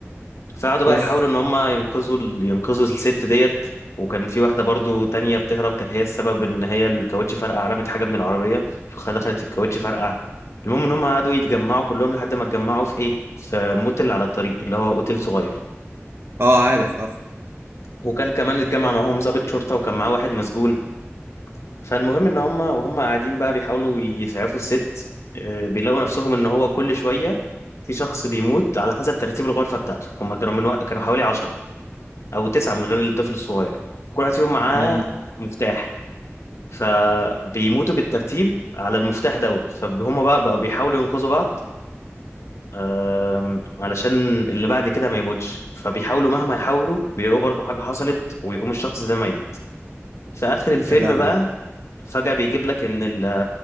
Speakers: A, on the left; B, on the right.
A: فقعدوا بقى
B: اوف
A: يحاولوا ان هم ينقذوا ال- ينقذوا الست ديت وكان في واحدة برضو تانية بتهرب كانت هي السبب ان هي الكاوتش فرقع رمت حاجة من العربية فدخلت في الكاوتش فرقع المهم ان هم قعدوا يتجمعوا كلهم لحد ما اتجمعوا في ايه في موتل على الطريق اللي هو اوتيل صغير
B: اه عارف عارف
A: وكان كمان اتجمع معاهم ضابط شرطة وكان معاه واحد مسجون فالمهم ان هم وهم قاعدين بقى بيحاولوا يسعفوا الست آه، بيلاقوا نفسهم ان هو كل شويه في شخص بيموت على حسب ترتيب الغرفه بتاعته هم كانوا من وق... كانوا حوالي 10 او 9 من غير الطفل الصغير كل واحد فيهم معاه
B: مم.
A: مفتاح فبيموتوا بالترتيب على المفتاح دوت فهم بقى بقوا بيحاولوا ينقذوا بعض آم، علشان اللي بعد كده ما يموتش فبيحاولوا مهما يحاولوا بيلاقوا برضه حاجه حصلت ويقوم الشخص ده ميت في اخر الفيلم
B: يا لهوي
A: بقى فجأة بيجيب لك ان ال